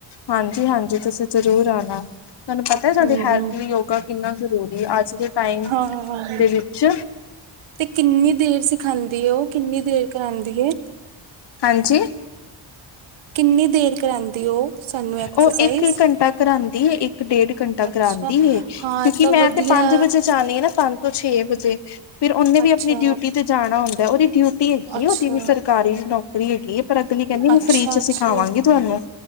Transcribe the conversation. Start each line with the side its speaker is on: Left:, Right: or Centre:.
Left: ਹਾਂਜੀ- ਹਾਂਜੀ ਤੁਸੀਂ ਜ਼ਰੂਰ ਆਉਣਾ ਤੁਹਾਨੂੰ ਪਤਾ ਹੈ ਸਾਡੇ
Right: ਹਾਂਜੀ
Left: ਹੈਲਥ ਲਈ ਯੋਗਾ ਕਿੰਨਾ ਜ਼ਰੂਰੀ ਹੈ ਅੱਜ ਦੇ ਟਾਈਮ
Right: ਹਾਂ
Left: ਦੇ ਵਿੱਚ
Right: ਤੇ ਕਿੰਨੀ ਦੇਰ ਸਿਖਾਉਂਦੀ ਉਹ ਕਿੰਨੀ ਦੇਰ ਕਰਾਉਂਦੀ ਏ
Left: ਹਾਂਜੀ
Right: ਕਿੰਨੀ ਦੇਰ ਕਰਾਉਂਦੀ ਉਹ ਸਾਨੂੰ ਐਕਸਰਸਾਈਜ਼
Left: ਉਹ ਇੱਕ -ਇੱਕ ਘੰਟਾ ਕਰਾਉਂਦੀ ਏ, ਇੱਕ ਡੇਢ ਘੰਟਾ
Right: ਅੱਛਾ
Left: ਕਰਾਉਂਦੀ ਏ
Right: ਹਾਂ
Left: ਕਿਉਂਕਿ
Right: ਤਾਂ
Left: ਮੈਂ
Right: ਵਧੀਆ
Left: ਤੇ ਪੰਜ ਵਜੇ ਜਾਣੀ ਆ ਨਾ, ਪੰਜ ਤੋਂ ਛੇ ਵਜੇ ਫਿਰ ਉਹਨੇ ਵੀ
Right: ਅੱਛਾ,
Left: ਆਪਣੀ ਡਿਊਟੀ ਤੇ ਜਾਣਾ ਹੁੰਦਾ, ਉਹਦੀ ਡਿਊਟੀ ਹੁੰਦੀ
Right: ਅੱਛਾ,
Left: ਉਹਦੀ ਵੀ ਸਰਕਾਰੀ ਰੀ ਹੈਗੀ ਪਰ ਅਗਲੀ ਕਹਿੰਦੀ ਮੈਂ
Right: ਅੱਛਾ,
Left: ਫਰੀ ਚ
Right: ਅੱਛਾ।
Left: ਸਿਖਾਵਾਂਗੀ ਤੁਹਾਨੂੰ